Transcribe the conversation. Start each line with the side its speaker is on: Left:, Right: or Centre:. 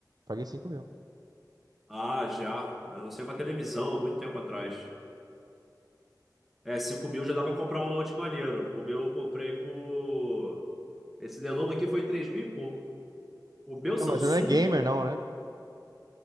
Right: Paguei cinco mil.
Centre: Ah, já. Eu não sei uma televisão há muito tempo atrás. É, 5 mil já dá pra comprar um note maneiro. O meu eu comprei por. Esse Lenovo aqui foi 3 mil e pouco. O meu
Right: Não,
Centre: Samsung.
Right: mas ele não é gamer, não, né?